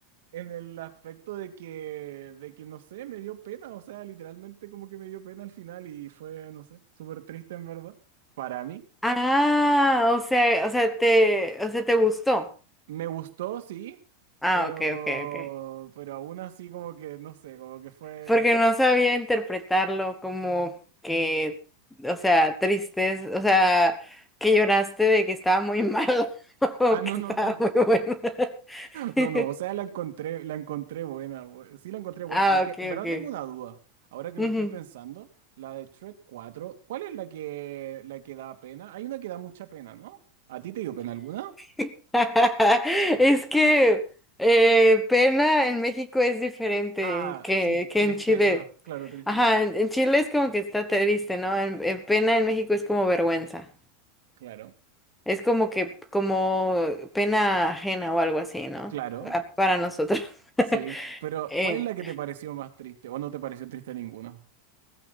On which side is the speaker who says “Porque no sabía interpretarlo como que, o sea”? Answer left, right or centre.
Centre